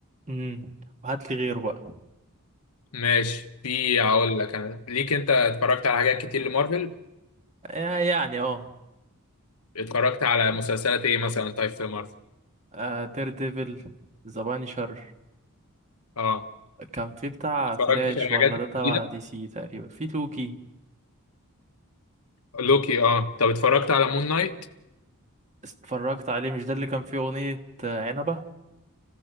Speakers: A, on the right; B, on the left.
A: امم وهات لي غيره بقى
B: ماشي في هقول لك انا ليك انت اتفرجت على حاجات كتير لمارفل
A: يا- يعني اه
B: اتفرجت على مسلسلات ايه مثلا طيب في مارفل
A: آه، دير ديفل ذا بانشر
B: اه
A: كان في بتاع
B: اتفرجت
A: فلاش
B: على الحاجات
A: ولا ده تبع
B: الجديده
A: دي سي تقريبا في لوكي
B: لوكي اه طب اتفرجت على مون نايت
A: اتفرجت عليه مش ده اللي كان فيه أغنية آه، عنبة